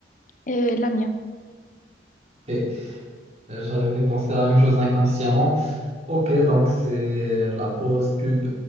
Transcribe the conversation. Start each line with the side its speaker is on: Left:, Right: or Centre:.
Left: Euh, la mienne.
Right: Ok. J'avais pensé la même chose inconsciemment. Ok, donc c'est la pause pub.